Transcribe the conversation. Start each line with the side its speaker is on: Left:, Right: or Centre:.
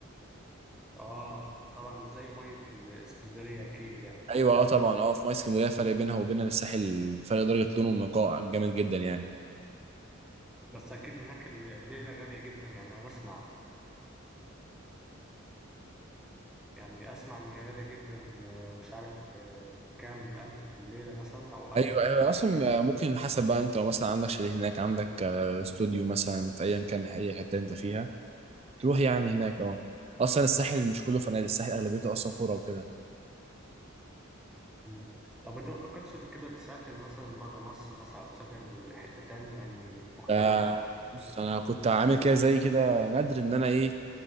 Centre: اه طبعا مش زي ميه الاسكندريه اكيد يعني
Right: ايوه
Centre: <laughs>
Right: اه طبعا اه في ميه اسكندريه فرق بينها وبين الساحل فرق درجه لون ونقاء جامد جدا يعني
Centre: بس اكيد هناك الليله غاليه جدا يعني انا اسمع يعني أسمع إن هي غالية جدا آه، مش عارف آه، كام ألف في الليلة مثلا أو ألف
Right: ايوه
Centre: مثلا
Right: ايوه أيوة.
Centre: في
Right: اصلا
Centre: الليل
Right: ممكن حسب بقى انت لو مثلا عندك شاليه هناك عندك آه، استوديو مثلا في ايا كان اي حته انت فيها تروح يعني هناك اه اصلا الساحل مش كله فنادق الساحل اغلبيته اصلا قرى وكده
Centre: مم. طب أنت ما فكرتش قبل كده تسافر مثلا برا مصر مثلا أو تسافر حتة تاني يعني مختلف
Right: ده
Centre: عن المكان دي
Right: بص انا كنت عامل كده زي كده ندر ان انا ايه